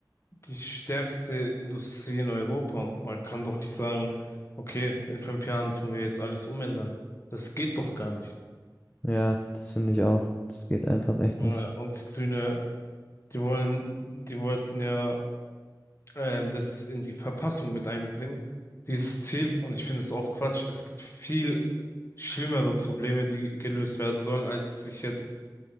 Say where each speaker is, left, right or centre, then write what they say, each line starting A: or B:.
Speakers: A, on the left (about 35°); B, on the left (about 20°).
A: die stärkste Industrie in Europa und man kann doch nicht sagen, okay, in fünf Jahren tun wir jetzt alles umändern. Das geht doch gar nicht.
B: Ja, das finde ich auch. Das geht einfach echt
A: Äh,
B: nicht.
A: Und die Grüne, die wollen, die wollten ja ähm, das in die Verfassung mit einbringen, dieses Ziel. Und ich finde es auch Quatsch. Es gibt viel schlimmere Probleme, die gelöst werden sollen, als sich jetzt